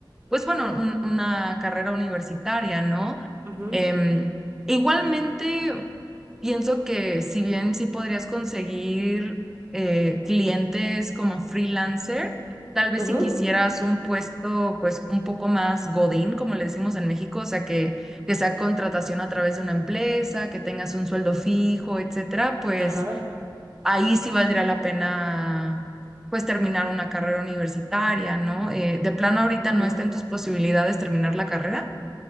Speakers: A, in the centre; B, on the right.
A: pues bueno, un- una carrera universitaria, ¿no?
B: ujú,
A: Em, igualmente. Pienso que si bien sí podrías conseguir eh, clientes como freelancer, tal vez
B: ujú,
A: si quisieras un puesto pues un poco más godín, como le decimos en México, o sea, que, que sea contratación a través de una empresa, que tengas un sueldo fijo, etcétera, pues
B: Ajá,
A: ahí sí valdría la pena pues terminar una carrera universitaria, ¿no? Eh, de plano ahorita
B: ujú.
A: no está en tus posibilidades terminar la carrera.